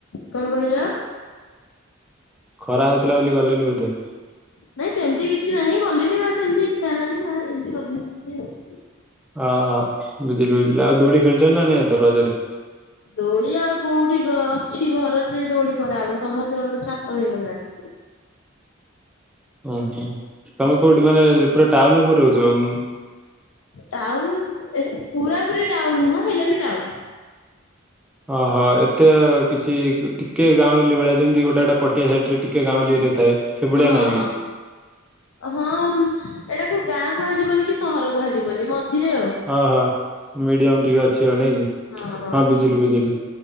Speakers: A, on the left; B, in the centre.
A: କଣ କହିଲ?
B: ଖରା ହଉଥିଲା ବୋଲି ଗଲେନି ବୋଧେ?
A: ନାଇଁ ସେମିତି କିଛି ନାହିଁ ଗଲିନି ବାସ ଏମିତି ଇଚ୍ଛା ହେଲାନି ନା ଏମିତି ଗଲିନି ଆଉ।
B: ହଁ ବୁଝିଲି ବୁଝିଲି ଆଉ ଦୋଳି ଖେଳିଚ ନା ନାଇଁ ଏଥର ରଜରେ?
A: ଦୋଳି ଆଉ କୋଉଠି ଗ ଅଛି ଘର ଯେ ଦୋଳି କରାହବ ସମସ୍ତିଙ୍କର ତ ଛାତ ହେଇଗଲାଣି।
B: ଉଁ ହୁଁ ତମେ କୋଉଠି ମାନେ ପୁରା ଟାଉନ ଉପରେ ରହୁଛ ଉଁ?
A: ଟାଉନ ଏ ପୁରାପୁରି ଟାଉନ ନୁହଁ ହେଲେ ବି ଟାଉନ।
B: ଓହୋ ଏତେ କିଛି ଟିକେ ଗାଉଁଲି ଭଳିଆ ଯେମିତି ଗୋଟେ ଗଟେ ପଟିଆ ସାଇଡ ରେ ଟିକେ ଗାଉଁଲି ରେ ଥାଏ। ସେଭଳିଆ
A: ହଁ
B: ନାହିଁ
A: ହଁ।
B: ବି
A: ହଁ ଏଟାକୁ ଗାଁ କୁହାଯିବନି କି ସହର କୁହାଯିବନି ମଝିରେ ଆଉ।
B: ଓହୋ ମିଡିୟମ ଟିକେ ଅଛି। ଆଉ ନାଇଁ କି
A: ହଁ ହଁ
B: ବୁଝିଲି ବୁଝିଲି